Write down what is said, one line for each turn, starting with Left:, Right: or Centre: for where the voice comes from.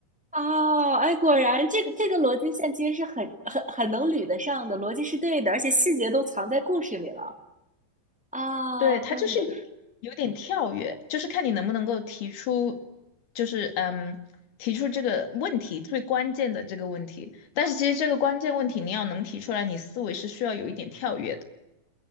Centre: 哦，哎，果然这个这个逻辑线其实是很很很能捋得上的，逻辑是对的，而且细节都藏在故事里了啊，
Left: 对，它就是有有点跳跃，
Centre: 怪不得
Left: 就是看你能不能够提出，就是嗯，提出这个问题最关键的这个问题。但是其实这个关键问题你要能提出来，你思维是需要有一点跳跃的。